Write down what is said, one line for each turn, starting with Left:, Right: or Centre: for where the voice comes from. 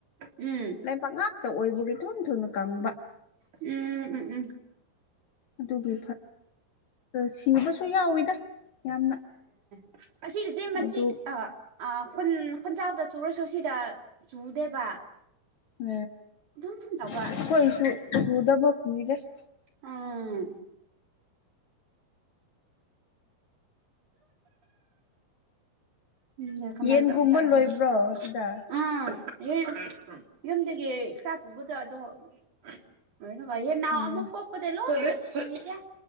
Right: ꯎꯝ
Left: ꯂꯩꯕꯥꯛ ꯉꯥꯛꯇ ꯑꯣꯏꯕꯒꯤ ꯊꯨꯅ ꯊꯨꯅ ꯀꯪꯕ
Right: ꯎꯝ ꯎꯝ ꯎꯝ
Left: ꯑꯗꯨꯒꯤ ꯁꯤꯕꯁꯨ ꯌꯥꯎꯋꯤꯗ ꯌꯥꯝꯅ
Right: <unintelligible> ꯃꯁꯤ
Left: ꯑꯗꯨ
Right: ꯑꯥ ꯈꯨꯟ ꯈꯨꯟꯖꯥꯎꯗ ꯆꯨꯔꯁꯨ ꯁꯤꯗ ꯆꯨꯗꯦꯕ
Left: ꯎꯝ
Right: ꯑꯗꯨꯝ ꯇꯧꯕ
Left: ꯑꯩꯈꯣꯏꯁꯨ ꯁꯨꯗꯕ ꯀꯨꯏꯔꯦ <unintelligible>
Right: ꯎꯝ ꯎꯝꯗ ꯀꯃꯥꯏꯅ
Left: ꯌꯦꯟꯒꯨꯝꯕ
Right: ꯇꯧꯕ ꯇ
Left: ꯂꯣꯏꯕ꯭ꯔꯣ
Right: ꯎꯝ
Left: ꯑꯗꯨꯗ
Right: ꯑ ꯌꯗ ꯍꯥ ꯄꯨꯕꯗꯣ ꯑꯗꯣꯅ ꯅꯅꯥꯎ
Left: ꯑꯦ
Right: ꯑꯃꯨꯛ ꯀꯣꯛ ꯑꯩꯈꯣꯏꯗꯤ ꯂꯣꯏ